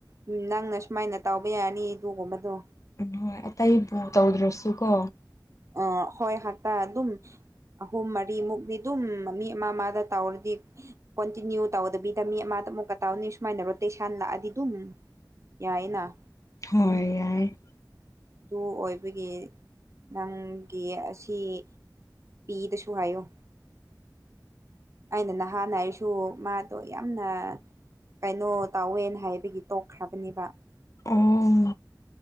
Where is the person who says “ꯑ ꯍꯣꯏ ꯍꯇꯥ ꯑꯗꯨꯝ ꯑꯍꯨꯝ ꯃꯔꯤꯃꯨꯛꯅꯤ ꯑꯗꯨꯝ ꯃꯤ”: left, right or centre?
Right